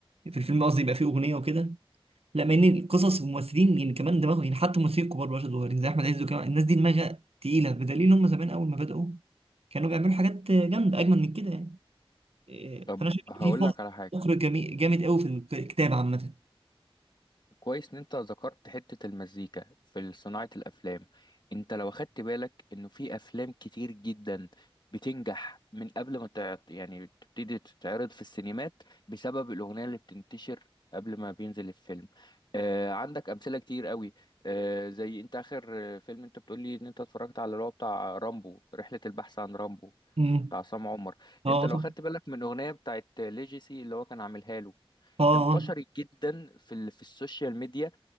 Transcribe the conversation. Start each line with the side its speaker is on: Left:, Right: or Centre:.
Right: في الفيلم قصدي يبقى فيه أغنية وكده لا مع ان القصص والممثلين يعني كمان دماغهم يعني حتى الممثلين الكبار مش صغيرين زي احمد عز وكمان الناس دي دماغها تقيله بدليل ان هم زمان اول ما بداوا كانوا بيعملوا حاجات جامده اجمل من كده يعني إيه،
Left: طب
Right: فانا شايف
Left: هقول
Right: إن في فقر
Left: لك على حاجة
Right: فقر جميل جامد قوي في الكتاب عامه
Left: كويس ان انت ذكرت حتة المزيكا في صناعة الافلام انت لو اخدت بالك انه في افلام كتير جدا بتنجح من قبل ما تعرض يعني تبتدي تتعرض في السينمات بسبب الاغنية اللي بتنتشر قبل ما بينزل الفيلم آه عندك امثلة كتير قوي آه زي انت اخر آه، فيلم انت بتقولي ان انت اتفرجت على اللي هو بتاع رامبو رحلة البحث عن رامبو
Right: امم
Left: بتاع عصام عمر
Right: اه
Left: انت لو
Right: طبعا
Left: اخدت بالك من اغنية بتاعت ليجيسي اللي هو كان عاملها له
Right: اه آه.
Left: انتشرت جدا في ال- في السوشيال ميديا